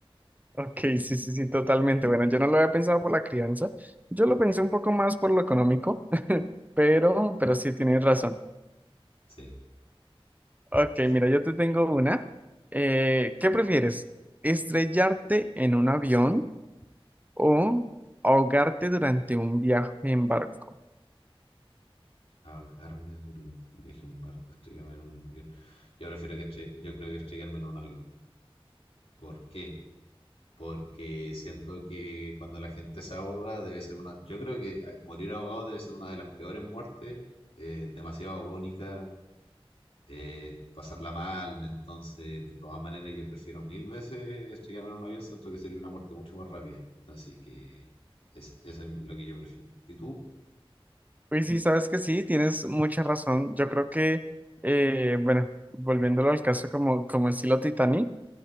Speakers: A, on the right (about 15°); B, on the left (about 80°).
A: Ok, sí, sí, sí, totalmente. Bueno, yo no lo había pensado por la crianza. Yo lo pensé un poco más por lo económico, <laughs> pero, pero sí tienes razón.
B: Sí,
A: Ok,
B: sí, sí.
A: mira, yo te tengo una. Eh, ¿qué prefieres? ¿Estrellarte en un avión? o ahogarte durante un viaje en barco.
B: Ahogarme durante un viaje en barco, estrellarme en un avión. Yo prefiero que estre- yo creo que estrellarme en un avión. ¿Por qué? Porque siento que cuando la gente se ahoga debe ser una... Yo creo que ah, morir ahogado debe ser una de las peores muertes, eh, demasiado agónica eh, pasarla mal. Entonces, de todas maneras, yo prefiero mil veces estrellarme en un avión, siento que sería una muerte mucho más rápida. Así que eso, eso es lo que yo prefiero. ¿Y tú?
A: Pues sí, sabes que sí, tienes mucha razón. Yo creo que, eh, bueno, volviéndolo al caso como, como estilo Titanic,